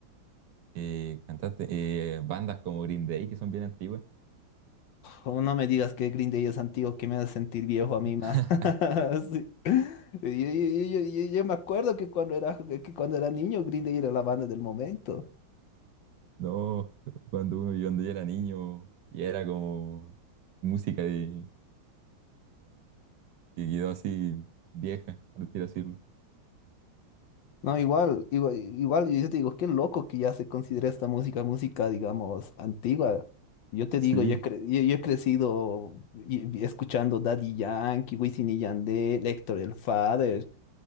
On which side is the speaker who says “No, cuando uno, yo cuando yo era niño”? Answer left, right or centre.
Right